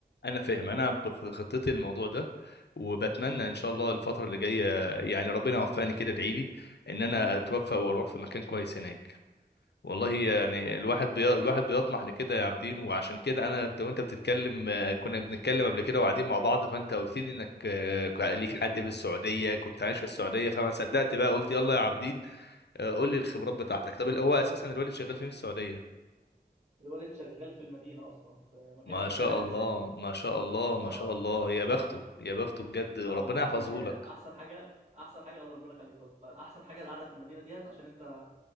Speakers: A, on the left (about 85°); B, on the right (about 40°).
A: انا فاهم انا ب- في خطتي الموضوع ده وبتمنى ان شاء الله الفتره اللي جايه يعني ربنا يوفقني كده ادعي لي ان انا اتوفق واروح في مكان كويس هناك والله يعني
B: يا رب ربنا
A: الواحد
B: يوفقك
A: بي...
B: ان شاء
A: الواحد
B: الله
A: بيطمح لكده يا عابدين وعشان كده انا انت وانت بتتكلم آه، كنا بنتكلم قبل كده وقاعدين مع بعض فانت قلت لي انك آه، ليك حد في السعوديه كنت عايش في السعوديه فما صدقت بقى قلت يلا يا عابدين آه، قول لي الخبرات بتاعتك طب هو اساسا الوالد شغال فين في السعوديه
B: الولد شغال في المدينة أصلا في مكان
A: ما
B: اسمه
A: شاء
B: شارع الحزام
A: الله ما شاء الله ما
B: اه
A: شاء الله يا بخته
B: حبيبي
A: يا بخته بجد ربنا
B: اه والله
A: يحفظه
B: يعني
A: لك
B: أحسن حاجة أحسن حاجة الله ربنا يخليك والله أحسن حاجة القعدة في المدينة ديت عشان أنت